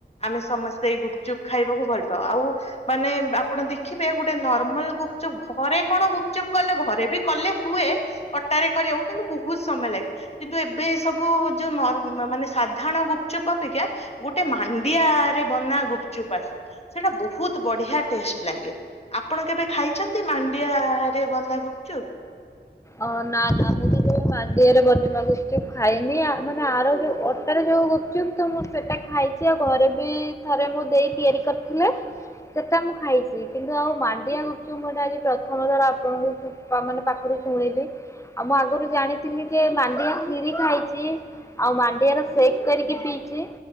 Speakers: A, on the left; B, on the left.
A: ଆମେ ସମସ୍ତେ ଏଇ ଗୁପଚୁପ୍ ଖାଇବାକୁ ଭଲ ପାଉ ଆଉ ମାନେ ଆପଣ ଦେଖିବେ ଗୋଟେ ନର୍ମାଲ ଗୁପଚୁପ ଘରେ କଣ ଗୁପଚୁପ କଲେ ଘରେ ବି କଲେ ହୁଏ କଟାରେ କରିବାକୁ କିନ୍ତୁ ବହୁତ ସମୟ ଲାଗେ କିନ୍ତୁ ଏବେ ସବୁ ଯୋଉ ମାନେ ସାଧାରଣ ଗୁପଚୁପ୍ ଅପେକ୍ଷା ଗୋଟେ ମାଣ୍ଡିଆରେ ବନା ଗୁପଚୁପ୍ ଆସେ ସେଟା ବହୁତ ବଢିଆ ଟେଷ୍ଟ ଲାଗେ ଆପଣ କେବେ ଖାଇଛନ୍ତି ମାଣ୍ଡିଆରେ ବନା ଗୁପଚୁପ
B: ଅ ନା ନା ମୁଁ ତ ଯୋଉ ମାଣ୍ଡିଆରେ ବନେଇବା ଗୁପଚୁ ଖାଇନି ମାନେ ଆର ଯୋଉ ଅଟାରେ ଯୋଉ ଗୁପଚୁପ ତ ମୁଁ ସେଟା ଖାଇଛି ଆଉ ଘରେ ବି ଥରେ ମୁଁ ଦେଇ ତିଆରି କରିଥିଲେ ସେଟା ମୁଁ ଖାଇଛି କିନ୍ତୁ ଆଉ ମାଣ୍ଡିଆ ଗୁପଚୁପଁ ଏଟାଜି ପ୍ରଥମ ଥର ଆପଣଙ୍କୁ ମାନେ ପାଖରୁ ଶୁଣିଲି ଆଉ ମୁଁ ଆଗରୁ ଜାଣିଥିଲି ଯେ ମାଣ୍ଡିଆ କ୍ଷିରି ଖାଇଛି ଆଉ ମାଣ୍ଡିଆ ର ସେକ୍ କରିକି ପିଇଛି